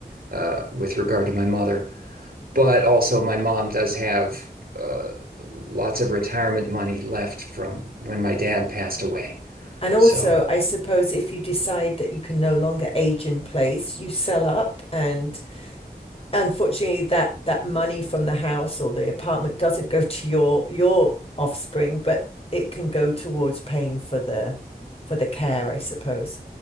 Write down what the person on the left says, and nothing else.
And also,
I suppose if you decide that you can no longer age in place, you sell up and unfortunately that that money from the house or the apartment doesn't go to your your offspring, but it can go towards paying for the for the care, I suppose.